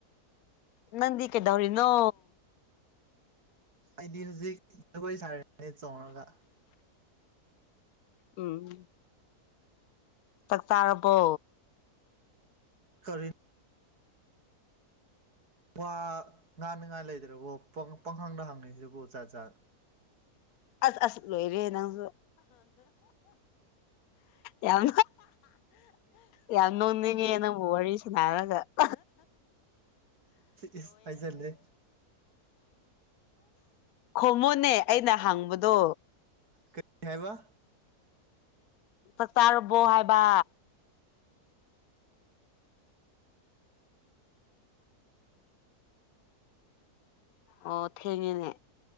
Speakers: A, on the left; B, on the right.
A: ꯅꯗꯤ ꯀꯦꯗꯧꯔꯤꯅꯣ
B: ꯑꯩꯗꯤ ꯍꯧꯖꯤꯛ ꯖꯒꯣꯏ ꯁꯥꯔꯅꯦ ꯆꯣꯡꯉꯒ
A: ꯎꯝ ꯆꯥꯛ ꯆꯥꯔꯕꯣ
B: ꯀꯔꯤ ꯋꯥ ꯉꯥꯅꯤꯉꯥꯏ ꯂꯩꯇ꯭ꯔꯕꯣ ꯄꯪꯈꯪꯗ ꯍꯪꯢꯁꯤꯕꯨ ꯖꯥꯠ ꯖꯥꯠ
A: ꯑꯁ ꯑꯁ ꯂꯣꯏꯔꯦ ꯅꯪꯁꯨ ꯌꯥꯝ ꯌꯥꯝ ꯅꯣꯡꯅꯤꯡꯉꯦ ꯅꯪ ꯋꯥꯔꯤ <inaudible> ꯔꯒ <inaudible>
B: ꯥꯏꯖ ꯍꯥꯏꯖꯤꯜꯂꯦ
A: ꯈꯨꯝꯃꯣꯅꯦ ꯑꯩꯅ ꯍꯪꯕꯗꯣ
B: ꯀꯩ ꯍꯥꯏꯕ
A: ꯆꯥꯛ ꯆꯥꯔꯕꯣ ꯍꯥꯏꯕ ꯑꯣ ꯊꯦꯡꯉꯦꯅꯦ